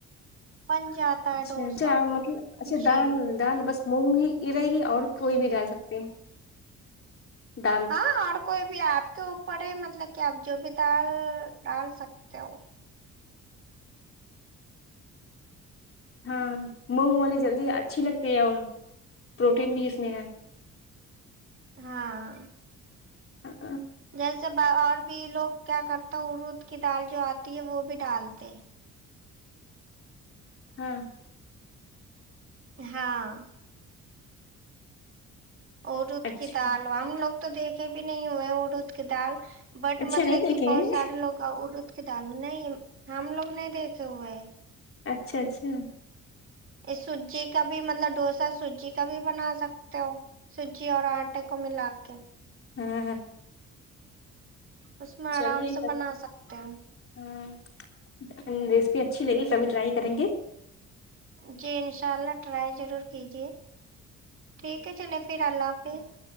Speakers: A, on the right; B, on the left.
A: بن جاتا
B: اچھا
A: ہے ڈوسا
B: اچھا مطلب اچھا
A: جی
B: دال دال بس مونگ ہی ا رہے گی اور کوئی بھی ڈال سکتے ہیں دال
A: ہاں اور کوئی بھی آپ کے اوپر ہے مطلب کہ آپ جو بھی دال ڈال سکتے ہو
B: ہاں مونگ والی جلدی اچھی
A: جی
B: لگتی ہے پروٹین بھی اس میں ہے
A: ہاں
B: اں اں
A: جیسے اور بھی لوگ کیا کرتے ارود کی دال جو آتی ہے وہ بھی ڈالتے
B: ہاں
A: ہاں ارود
B: اچھا
A: کی دال ہم لوگ تو دیکھے بھی نہیں ہوئے ارود کی دال بٹ
B: اچھا
A: مطلب
B: نہیں دیکھے
A: کہ بہت
B: ہیں۔
A: سارے لوگ ارود کے دال نہیں ہم لوگ نہیں دیکھے ہوئے ہیں
B: اچھا اچھا
A: سوجی کا بھی مطلب ڈوسا سوجی کا بھی بنا سکتے ہو سوجی اور آٹے کو ملا کے
B: ہمم
A: اس میں
B: چلیے
A: آرام سے
B: کبھی
A: بنا سکتے ہیں
B: ہاں ریسیپی اچھی لگی کبھی ٹرائی کریں گے
A: جی انشاء اللہ ٹرائی ضرور کیجیے ٹھیک ہے چلے پھر اللہ حافظ